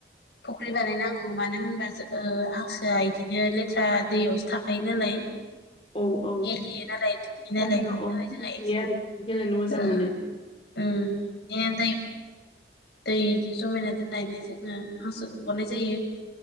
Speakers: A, on the left (about 70°); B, on the left (about 30°).
A: फुख्रि बानायनांगौ मानो होनबा जो ओह हांसोआ बिदिनो लेथ्रा दैयावसो थाखायो नालाय।
B: औ औ
A: गेलेयो नालाय दुगैयोनालाय
B: सारियाव
A: बेनि
B: औ
A: थाखाय
B: गेलेयो आरो बिसोर गेलेनो मोजां
A: <unintelligible>
B: मोनो
A: उम <unintelligible> उम दै बिदि जमायना दोननानै जोङो हांसोखौ हगरनाय जायो।